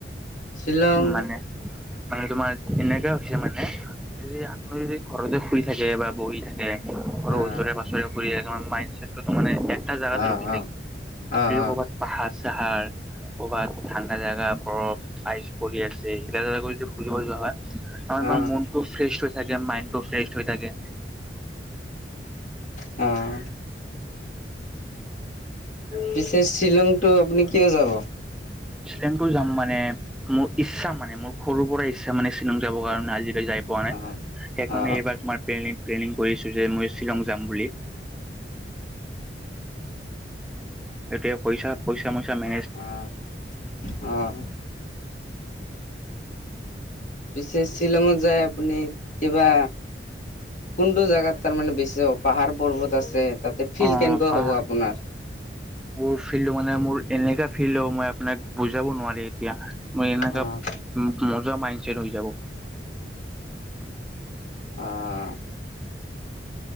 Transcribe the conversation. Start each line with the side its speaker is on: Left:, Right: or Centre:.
Left: শ্বিলং
Centre: মানে। মানে তোমাৰ এনেকুৱা হৈছে মানে যদি আপুনি যদি ঘৰতে শুই থাকে বা বহি থাকে। ঘৰৰ
Left: অ'
Centre: ওচৰে পাছৰে ঘূৰি এ মাইন্ডছেটটোত মানে। এটা জাগাত
Left: অ'
Centre: ৰখি
Left: অ'
Centre: থাকে
Left: অ'
Centre: বি ক'ৰবাত
Left: অ'
Centre: পাহাৰ, চাহাৰ ক'বাত ঠাণ্ডা জাগা বৰফ আগে। পহি আছে যদি ফৰিব যাবা হয় আমাৰ
Left: অ',
Centre: মনটো ফ্ৰে তাকে মাইণ্ডটো ফ্ৰেছ হৈ থাকে
Left: উম পিছে শ্বিলংটো আপুনি কিয় যাব?
Centre: শ্বিলংটো যাম মানে মোৰ ইচ্ছা মানে মোৰ সৰুৰ পৰা ইচ্ছা মানে শ্বিলং যাবৰ কাৰণে আজি যাই পোৱা নাই
Left: অ',
Centre: এইকাৰণে
Left: অ',
Centre: এইবাৰ তোমাৰ পেলি পেলেনিং কৰিছো যে মই শ্বিলং যাম বুলি এতিয়া পইচা পইচা <inaudible> <unintelligible>
Left: অ', অ', পিছে শ্বিলঙত যায় আপুনি কিবা কোনটো জোগাত তাৰমানে বেছি পাহাৰ পৰ্বত আছে তাতে ফিল
Centre: অ
Left: কেনেকুৱা
Centre: পাহ
Left: হ'ব আপোনাৰ?
Centre: মোৰ ফিল্ডটো মানে মোৰ এনেকা ফিল্ড হ'ব মই আপোনাক বুজাব নোৱাৰি এতিয়া ম এনেকা
Left: অ',
Centre: উম মজা মাইণ্ড ছেট হৈ যাব।
Left: অঅ